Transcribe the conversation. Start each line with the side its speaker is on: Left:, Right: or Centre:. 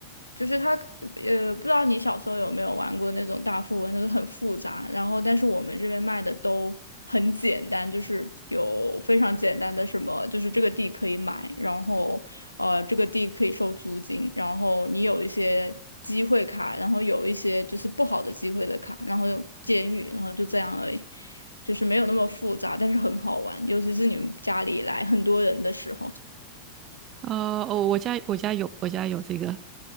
Left: 就是它，呃，不知道你小时候有没有玩过那种大富翁，就是很复杂，然后但是我们这边卖的都很简单，就是有非常简单的什么，就是这个地可以买，然后呃，这个地可以收租金，然后你有一些机会卡，然后有一些就是不好的机会的卡，然后有监狱，然后就这样而已。就是没有那么复杂，但是很好玩，尤其是你们家里来很多人的时候，
Right: 啊、哦，我家我家有，我家有这个，